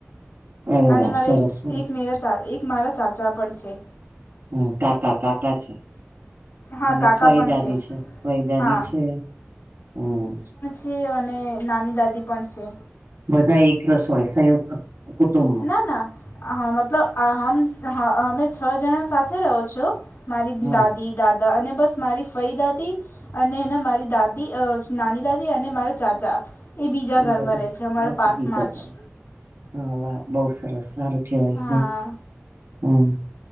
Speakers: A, on the right (about 75°); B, on the left (about 70°).
A: અરે
B: અને
A: વાહ
B: મારા
A: સરસ
B: એક
A: સરસ
B: એક મેરા ચા એક મારા ચાચા પણ છે.
A: હમ તાતા તાતા છે.
B: હા
A: અને
B: કાકા
A: ફઈદાદી
B: પણ
A: છે. ફઈદાદી
B: હા
A: છે. હમ્મ.
B: તે અને નાની દાદી પણ છે.
A: બધા એક રસોડે સંયુક્ત કુટુંબ.
B: હને હમ મતલબ અમે છ જણા સાથે રહો છો. મારી
A: હા
B: દાદી દાદા અને બસ મારી ફઈ દાદી અને ના મારી દાદી નાની દાદી અને મારા ચાચા. એ બીજા ઘરમાં
A: બધા
B: રહે છે અમારા
A: અચ્છા
B: પાસમાં
A: બીજા કા
B: જ.
A: હા વાહ બહ સરસ સારું કેવાય
B: હા
A: હ હમ.